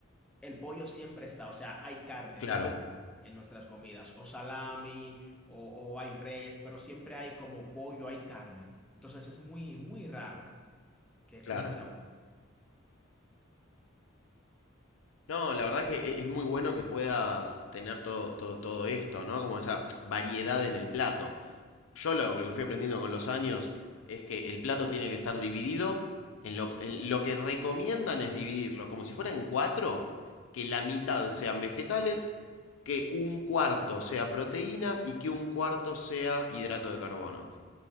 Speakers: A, in the centre; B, on the left.
A: El pollo siempre está, o sea, hay carne
B: Claro,
A: siempre en nuestras comidas, o salami, o, o hay res, pero siempre hay como pollo, hay carne. Entonces es muy, muy raro que exista
B: claro.
A: uno.
B: No, la verdad que e- es muy bueno que puedas tener todo, todo, todo esto, ¿no? Como esa variedad en el plato. Yo lo, que fui aprendiendo con los años es que el plato tiene que estar dividido. En lo, en lo que recomiendan es dividirlo, como si fueran cuatro, que la mitad sean vegetales, que un cuarto sea proteína y que un cuarto sea hidrato de carbono.